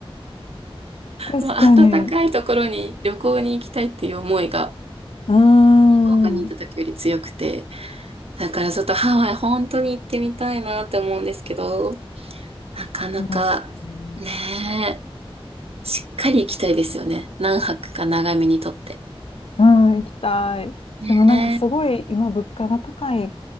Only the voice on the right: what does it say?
もう暖かいところに旅行に行きたいっていう思いが、
福岡に行った時より強くて、だからちょっとハワイ本当に行ってみたいなって思うんですけど、なかなか、
ねえ。しっかり行きたいですよね。何泊か長めにとって。
ね